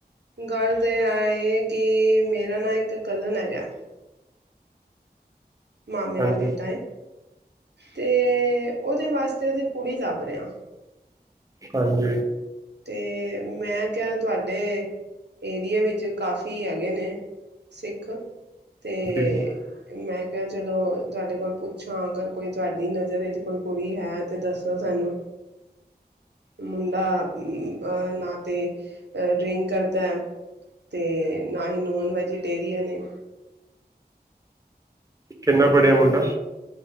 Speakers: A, on the right (about 85°); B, on the right (about 20°).
A: ਗੱਲ਼ ਤੇ ਇਹ ਕਿ ਮੇਰਾ ਨਾ ਇੱਕ ਕਜ਼ਨ ਹੈਗਾ। ਮਾਮੇ
B: ਹਾਂਜੀ
A: ਦਾ ਬੇਟਾ ਏਂ -ਤੇ ਉਹਦੇ ਵਾਸਤੇ ਅਸੀਂ ਕੁੜੀ ਲੱਭ ਰਹੇਂ ਹਾਂ।
B: ਹਾਂਜੀ।
A: ਤੇ ਮੈਂ ਕਿਹਾ ਤੁਹਾਡੇ ਏਰੀਏ ਵਿੱਚ ਕਾਫ਼ੀ ਹੈਗੇ ਨੇਂ ਸਿੱਖ। ਤੇ
B: ਜੀ
A: ਮੈਂ। ਤੇ ਜਦੋ ਤੁਹਾਡੇ ਕੋਲ ਪੁੱਛਾਂ ਅਗਰ ਕੋਈ ਤੁਹਾਡੀ ਨਜਰ ਵਿਚ ਕੋਈ ਕੁੜੀ ਹੈ ਤੇ ਦੱਸੋ ਸਾਨੂੰ ਮੁੰਡਾ ਉਮ ਆਂ ਨਾ ਤੇ ਡਰਿੰਕ ਕਰਤਾ ਹੈ ਤੇ ਨਾ ਹੀ ਨੋਨ ਵੈਜੀਟੇਰੀਅਨ ਏ।
B: ਕਿੰਨਾ ਪੜਿਆ ਮੁੰਡਾ?